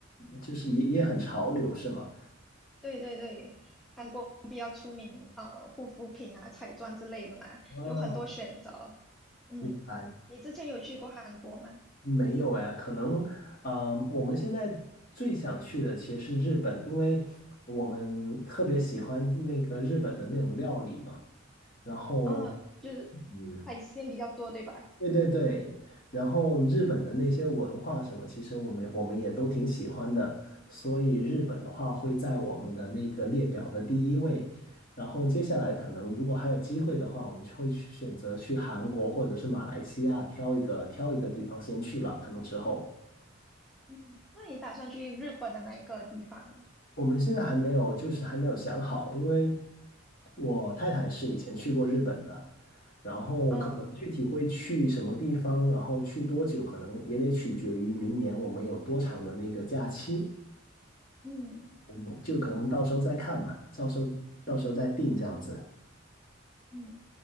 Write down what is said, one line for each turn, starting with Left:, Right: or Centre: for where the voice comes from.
Left: 就是也也很潮流，是吗？
Centre: <laughs> 对对对，韩国比较出名呃护肤品啊、彩妆之类的嘛，
Left: 哦，
Centre: 有很多选择。嗯，
Left: 明白。
Centre: 你之前有去过韩国吗？
Left: 没有哎，可能啊、呃我们现在最想去的其实是日本，因为我们特别喜欢那个日本的那种料理嘛。然后，
Centre: 嗯，就是
Left: 嗯，
Centre: 海鲜比较多，对吧？
Left: 对对对，然后日本的那些文化什么，其实我们我们也都挺喜欢的，所以日本的话会在我们的那个列表的第一位。然后接下来可能如果还有机会的话，我们就会去选择去韩国或者是马来西亚挑一个挑一个地方先去了，可能之后
Centre: 嗯，那你打算去日本的哪一个地方？
Left: 我们现在还没有就是还没有想好，因为。我太太是以前去过日本的，然后可能具体会去什么地方，
Centre: 嗯。
Left: 然后去多久，可能也得取决于明年我们有多长的那个假期，
Centre: 嗯
Left: 我们就可能到时候再看嘛，到时候到时候再定这样子。
Centre: 嗯，